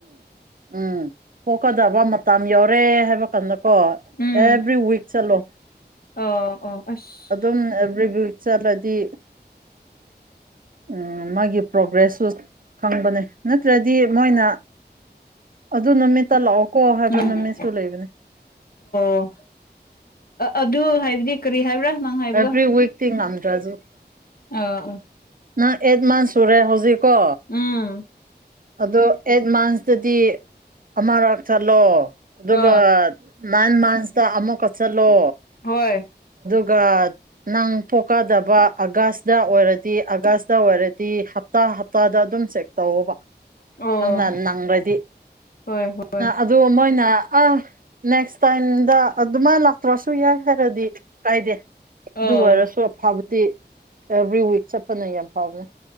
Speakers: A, on the right; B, on the left.
A: ꯎꯝ ꯍꯀꯗꯕ ꯃ ꯌꯥꯧꯔꯦ ꯍꯥꯏꯕ ꯀꯥꯟꯗ ꯀꯣ
B: ꯎꯝ
A: ꯑꯦꯕ꯭ꯔꯤ ꯋꯤꯛ ꯆꯠꯂꯣ
B: ꯑꯣ ꯑꯣ ꯑꯁ
A: ꯑꯗꯨꯝ ꯑꯦꯕ꯭ꯔꯤ ꯋꯤꯛ ꯆꯠꯂꯗꯤ
B: <inaudible>
A: ꯎ ꯃꯥꯒꯤ ꯄ꯭ꯔꯣꯒ꯭ꯔꯦꯁꯁꯨ ꯈꯪꯕꯅꯦ ꯅꯠꯇ꯭ꯔꯗꯤ ꯃꯣꯏꯅ ꯑꯗꯨ ꯅꯨꯃꯤꯠꯇ ꯂꯥꯛꯑꯣ ꯀꯣ ꯍꯥꯏꯕ
B: ꯎꯝ
A: ꯅꯨꯃꯤꯠꯁꯨ ꯂꯩꯕꯅꯦ
B: ꯑꯣ ꯑꯗꯨ ꯍꯥꯏꯕꯗꯤ ꯀꯔꯤ ꯍꯥꯏꯕ꯭ꯔꯥ ꯅꯪ ꯍꯥꯏꯕꯗꯣ
A: ꯑꯦꯕ꯭ꯔꯤ ꯋꯤꯛ ꯊ ꯑꯗ꯭ꯔꯖ
B: ꯑ
A: ꯅꯪ ꯑꯦꯠ ꯃꯥꯟꯁ ꯁꯨꯔꯦ ꯍꯧꯖꯤꯛꯀꯣ
B: ꯎꯝ
A: ꯑꯗꯣ ꯑꯦꯠ ꯃꯥꯟꯁ ꯗꯗꯤ ꯑꯃꯔꯛ ꯆꯠꯂꯣ ꯑꯗꯨꯒ
B: ꯑ
A: ꯃꯥꯟ ꯃꯥꯥꯟꯁꯇ ꯑꯃꯨꯛ ꯀꯛ ꯆꯠꯂꯣ
B: ꯍꯣꯏ
A: ꯒꯗ ꯅꯪ ꯄꯣꯛꯀꯗꯕ ꯑꯥꯒꯁꯇ ꯑꯣꯏꯔꯗꯤ ꯑꯥꯒꯁꯇ ꯑꯣꯏꯔꯗꯤ ꯍꯞꯇꯥ ꯍꯞꯇꯥꯗ ꯑꯗꯨꯝ ꯆꯦꯛ ꯇꯧꯕ
B: ꯑꯣ
A: ꯅꯪꯅ ꯅꯪꯈ꯭ꯔꯗꯤ
B: ꯍꯣꯏ ꯍꯣꯏ
A: ꯑꯗꯨ ꯃꯣꯏꯅ ꯑꯥ ꯅꯦꯛꯁ ꯇꯥꯏꯝꯗ ꯑꯗꯨꯃꯥꯏ ꯂꯥꯛꯇ꯭ꯔꯁꯨ ꯌꯥꯏ ꯍꯥꯏꯔꯗꯤ ꯀꯥꯏꯗꯦ
B: ꯑꯣ
A: ꯑꯗꯨ ꯑꯣꯏꯔꯁꯨ ꯑꯐꯕꯗꯤ ꯑꯦꯚ꯭ꯔꯤ ꯋꯤꯛ ꯆꯠꯄꯅꯦ ꯌꯥꯝ ꯐꯥꯎꯕꯅꯦ